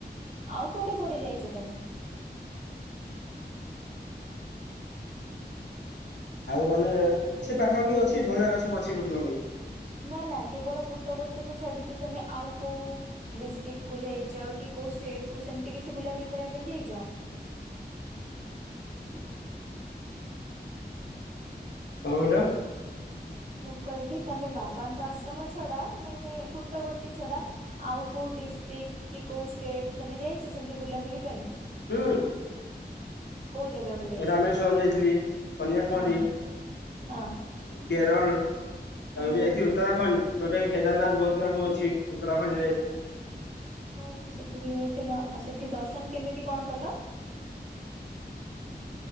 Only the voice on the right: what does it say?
ଆଉ କୁଆଡେ କୁଆଡେ ଯାଇଛ ତମେ।
ନା ନା କେବଳ ପୁଟବର୍ତ୍ତୀକୁ ଛାଡିକି ତମେ ଆଉ କୋଉ ଡିଷ୍ଟିକ କୁ ଯାଇଛ କି କୋଉ ଷ୍ଟେଟ କୁ ସେମିତି କିଛି ବୁଲାବୁଲି କରିବା ପାଇଁ ଯାଇଛ। <inaudible>
ମୁଁ କହିଲି ତମେ ବାବାଙ୍କ ଆଶ୍ରମ ଛଡା ମାନେ ପୁଟବର୍ତ୍ତୀ ଛଡା ଆଉ କୋଉ ଡିଷ୍ଟିକ କି କୋଉ ଷ୍ଟେଟ ତମେ ଯାଇଛ ସେମତି ବୁଲାବୁଲି ପାଇଁ।
କୋଉ ଜାଗାକୁ ଯାଇଛ?
ହୁଁ। ହଁ
ହଁ
ଓହୋ ସେଠିକି ଯାଇଥିଲ ଆଉ ସେଠି ଦର୍ଶନ କେମିତି କଣ କଲ।